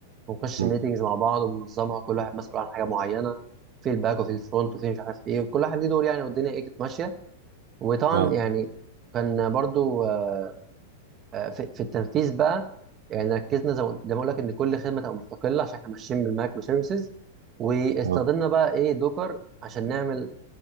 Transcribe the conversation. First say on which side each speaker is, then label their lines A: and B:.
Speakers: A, on the right; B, on the right.
A: بنخش
B: مم.
A: ميتنجز مع بعض وننظمها كل واحد مسؤول عن حاجه معينه في الباك وفي الفرونت وفي مش عارف ايه وكل واحد ليه دور يعني والدنيا ايه كانت ماشيه وطبعا
B: اه
A: يعني كان برضو آه، آه، في في التنفيذ بقى يعني ركزنا زي ما زي ما اقول لك ان كل خدمه تبقى مستقله عشان احنا ماشيين بالمايكرو سيرفيسز واستخدمنا
B: اه
A: بقى ايه دوكر عشان نعمل